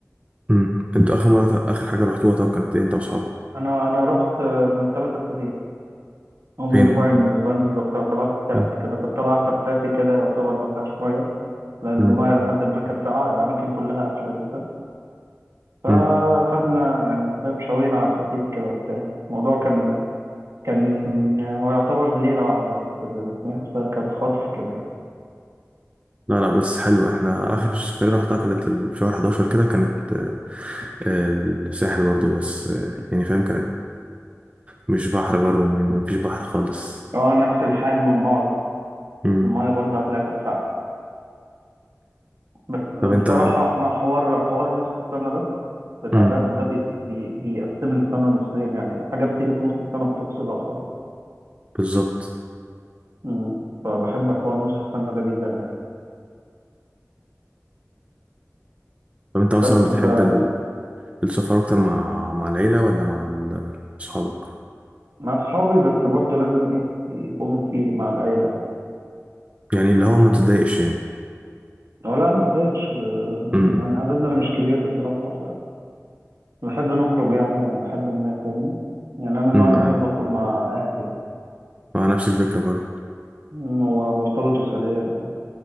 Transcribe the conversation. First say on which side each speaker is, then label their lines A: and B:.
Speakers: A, on the right; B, on the right.
A: امم انتوا اخر مره اخر حاجه رحتوها طب كانت ايه انت واصحابك
B: انا انا رحت آه، من ثلاث اسابيع او من
A: فين
B: اسبوعين من اسبوعين بالظبط طلعت الساحل
A: فين
B: كده كنت طالع خفافي كده يعتبر ما فيهاش ميه لان
A: امم
B: الميه لحد ما كانت ساقعه الاماكن كلها قافله لسه فخدنا
A: امم
B: يعني فاهم شوينا على الخفيف كده وبتاع الموضوع كان كان هو يعتبر ليله واحده بس اللي بتناها فكانت خطف كده يعني
A: لا لا بس حلو احنا اخر سفرية رحتها كانت ال- في شهر 11 كده كانت آه، الساحل برضو بس آه، يعني فاهم كانت مش بحر برضه مفيش بحر خالص
B: اه نفس الحال من بعض
A: مم.
B: الميه برضه هتلاقيها كانت ساقعه بس
A: طب انت
B: بصراحه احنا حوار حوار نص السنه ده بتاع
A: مم.
B: دهب ده بي... بي... بيقسم لي السنة نصين يعني حاجة بتيجي في نص السنة بتفصلها بصراحة
A: بالظبط
B: مم. فبحب حوار نص السنة ده جدا يعني
A: طب انت مثلا
B: بس
A: بتحب
B: ف
A: ال- السفر اكتر مع مع العيلة ولا مع ال- اصحابك
B: مع أصحابي بس برضه لازم إيه يكون في مع العيلة يعني
A: يعني اللي هو ما بتضايقش يعني
B: أو لا ما تضايقش آه،
A: مم.
B: يعني عددنا مش كبير بصراحة فبحب نخرج يعني لحد ما فاهمني يعني أنا من النوع
A: مم.
B: اللي
A: انا
B: بحب أخرج مع أهلي يعني
A: مع نفس الفكرة برضه
B: مم، ومرتبط أسريا ف...